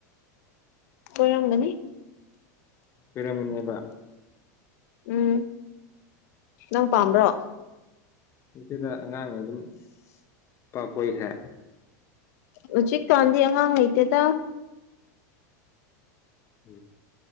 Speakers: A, on the left; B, on the left.
A: ꯀꯣꯢꯔꯝꯒꯅꯤ
B: ꯀꯣꯏꯔꯝꯒꯅꯦꯕ
A: ꯎꯝ ꯅꯪ ꯄꯥꯝꯕ꯭ꯔꯣ
B: ꯑꯗꯨꯗ ꯑꯉꯥꯡꯅ ꯑꯗꯨꯝ ꯅꯨꯄꯥ ꯀꯣꯢꯈꯔꯦ
A: ꯍꯧꯖꯤꯛ ꯀꯥꯟꯗꯤ ꯑꯉꯥꯡ ꯍꯩꯇꯦꯗ
B: <inaudible>